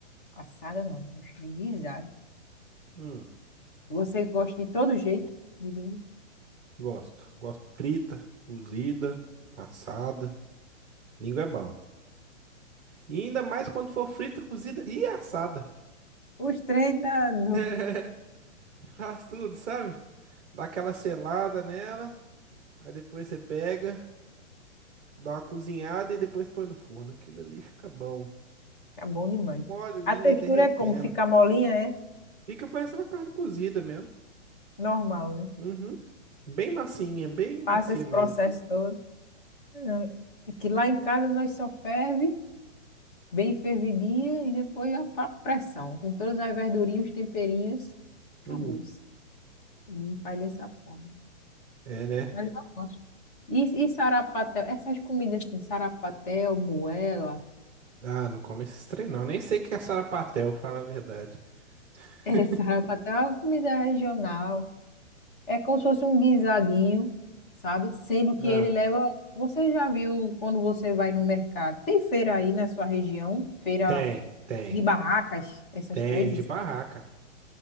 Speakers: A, on the left; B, in the centre.
A: Assada não, gostei guisada.
B: hum,
A: Você gosta de todo jeito de língua?
B: gosto. Gosto frita, cozida, assada. Língua é bom. E ainda mais quando for frita, cozida e assada.
A: Os três da no...
B: <laughs> Faz tudo, sabe? Dá aquela selada nela, aí depois você pega, dá uma cozinhada e depois põe no forno. Aquilo ali fica bom.
A: Fica bom demais.
B: Molinha
A: A textura
B: derretendo.
A: é como fica molinha, é
B: Fica parecendo uma carne cozida mesmo.
A: normal, né?
B: Uhum. Bem massinha, bem macia
A: Passa esse
B: mesmo.
A: processo todo. Ah, É que lá em casa nós só ferve bem fervidinha e depois a pressão. Com todas as verdurinhas, os temperinhos, acabou.
B: Hum.
A: Hum, Faz dessa forma.
B: É, né?
A: Mas eu <laughs> gosto. E, e sarapatel? Essas comidas assim, sarapatel, moela.
B: Ah, não come esse trem não. Nem sei o que é sarapatel, fala a verdade.
A: É,
B: <laughs>
A: <laughs> sarapatel é uma comida regional. É como se fosse um guisadinho, sabe? Sendo que
B: Ah,
A: ele leva. Você já viu quando você vai no mercado? Tem feira aí na sua região? Feira
B: tem, tem,
A: de barracas, essas
B: tem,
A: coisas.
B: de barraca.